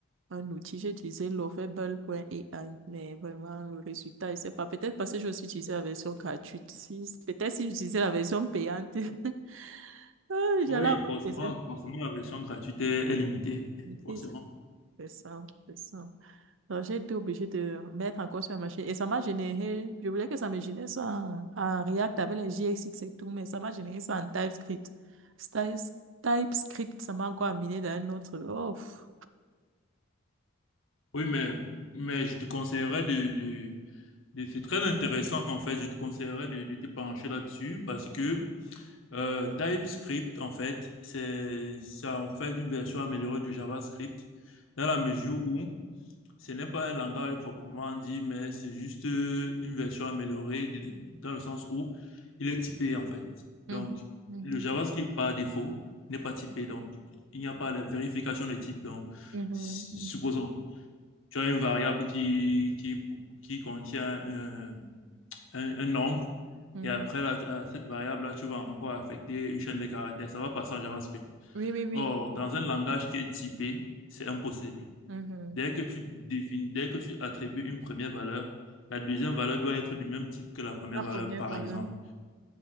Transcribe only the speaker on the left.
Oui,
forcément,
forcément, la version gratuite est, est limitée,
forcément.
Oui, mais, mais je te conseillerais de, de, de- c'est très intéressant, en fait, je te conseillerais de, de te pencher là-dessus parce que euh, TypeScript, en fait, c'est, c'est en fait une version améliorée de JavaScript dans la mesure où ce n'est pas un langage proprement dit, mais c'est juste une version améliorée d- dans le sens où il est typé en fait. Donc,
le JavaScript par défaut n'est pas typé, donc il n'y a pas de vérification de type. Donc,
s-
supposons, tu as une variable qui, qui, qui contient euh, un, un nombre,
et après, là, tu- à cette variable-là, tu vas encore affecter une chaîne de caractères. Ça va passer en JavaScript.
Or, dans un langage qui est typé, c'est impossible.
Dès que tu définis, dès que tu attribues une première valeur, la deuxième valeur doit être du même type que la première
valeur,
par
exemple.